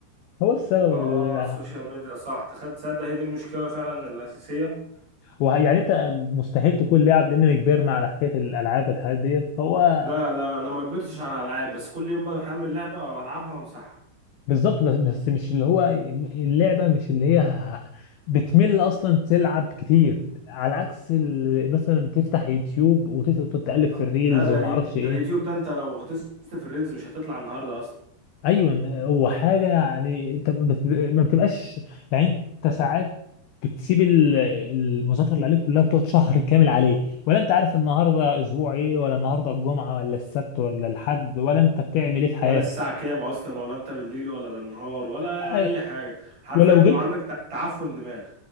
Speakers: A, on the left; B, on the right.
A: هو السبب
B: اه
A: ال...
B: السوشيال ميديا صح تخد تصدق هي دي المشكله فعلا الاساسيه
A: هو يعني انت مستحيل تكون لاعب لاننا كبرنا على حكاية الالعاب والحاجات ديت هو
B: لا لا انا ما كبرتش على الالعاب بس كل يوم بقى بحمل لعبه والعبها وامسحها
A: بالظبط بس بس مش اللي هو اللعبة مش اللي هي ه- بتمل أصلا تلعب كتير على عكس ال- مثلا تفتح يوتيوب وتقعد تقلب في
B: آه،
A: الريلز
B: لا ده
A: وما
B: الي...
A: اعرفش
B: ده
A: ايه
B: اليوتيوب ده انت لو غطست في الريلز مش هتطلع النهارده اصلا
A: ايوه هو حاجة يعني انت بت- ما بتبقاش يعني انت ساعات بتسيب ال- المذاكرة اللي عليك كلها بتقعد شهر كامل عليه ولا انت عارف النهاردة اسبوع ايه ولا النهاردة الجمعة ولا السبت ولا الحد ولا انت بتعمل ايه في حياتك
B: ولا الساعة كام اصلا ولا انت بالليل ولا بالنهار ولا
A: أه،
B: اي حاجة حرفيا
A: ولو
B: بيبقى
A: جيت
B: عندك تع- تعفن دماغ